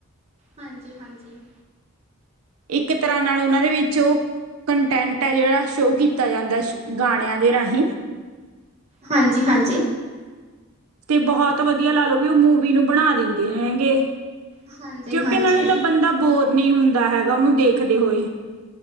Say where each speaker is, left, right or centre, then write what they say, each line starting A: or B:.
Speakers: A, on the right; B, on the right.
A: ਹਾਂਜੀ, ਹਾਂਜੀ
B: ਇੱਕ ਤਰ੍ਹਾਂ ਨਾਲ ਉਹਨਾਂ ਦੇ ਵਿੱਚ ਉਹ ਕੰਟੈਂਟ ਹੈ ਜਿਹੜਾ ਸ਼ੋਅ ਕੀਤਾ ਜਾਂਦਾ ਸ਼ ਗਾਣਿਆਂ ਦੇ ਰਾਹੀਂ।
A: ਹਾਂਜੀ, ਹਾਂਜੀ।
B: ਤੇ ਬਹੁਤ ਵਧੀਆ ਲਾ ਲੋਓ ਵੀ ਉਹ ਮੂਵੀ ਨੂੰ ਬਣਾ ਦਿੰਦੇ ਹੈੰਗੇ।
A: ਹਾਂਜੀ,
B: ਕਿਉਂਕਿੇ
A: ਹਾਂਜੀ।
B: ਨਾਲੇ ਤਾਂ ਬੰਦਾ ਬੋਰ ਨਹੀਂ ਹੁੰ ਦਾ ਹੈਗਾ ਉਹਨੂੰ ਦੇਖਦੇ ਹੋਏ।